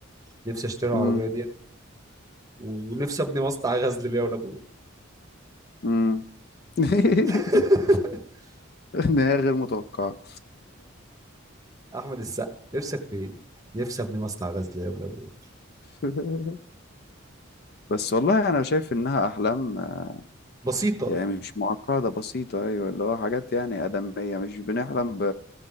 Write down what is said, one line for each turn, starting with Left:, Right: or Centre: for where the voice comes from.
Right: نفسي أشتري العربية
Left: مم،
Right: دي ونفسي أبني مصنع غزل ليا ولأبويا
Left: مم. <laughs>
Right: <laughs>
Left: نهاية غير متوقعة
Right: أحمد السقا نفسك في إيه؟ نفسي أبني مصنع غزل ليا ولأبويا
Left: <laughs> بس والله انا شايف انها احلام آه،
Right: بسيطة
Left: يعني مش معقدة بسيطة أيوة اللي هو حاجات يعني آدمية مش بنحلم ب...